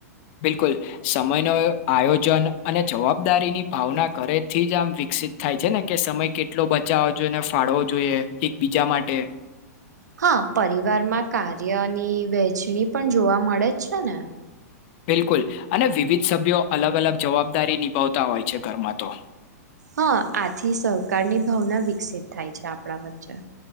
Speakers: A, on the left (about 45°); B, on the right (about 85°).
A: બિલકુલ સમયનો આયોજન અને જવાબદારીની ભાવના ઘરેથી જ આમ વિકસિત થાય છે ને કે સમય કેટલો બચાવો જોઈએ ને ફાળવો જોઈએ એકબીજા માટે
B: હા પરિવારમાં કાર્યની વહેચણી પણ જોવા મળે જ છે ને
A: બિલકુલ અને વિવિધ સભ્યો અલગ અલગ જવાબદારી નિભાવતા હોય છે ઘરમાં તો
B: હા આથી સહકારની ભાવના વિકસિત થાય છે આપણા વચ્ચે